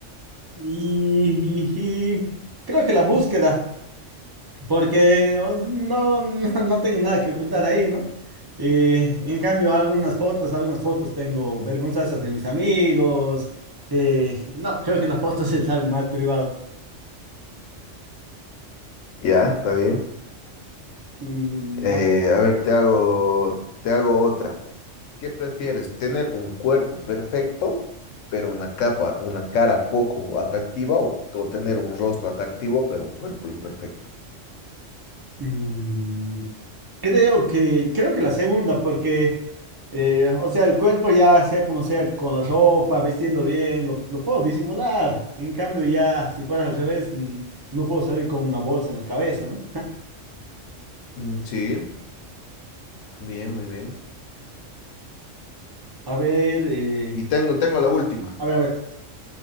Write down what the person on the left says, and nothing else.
Ya, está bien.
Eh,
a ver, te hago, te hago otra. ¿Qué prefieres? ¿Tener un cuerpo perfecto, pero una capa, una cara poco atractiva, o, o tener un rostro atractivo, pero un cuerpo imperfecto?
Mm, Sí, bien, muy bien.
Y tengo, tengo la última.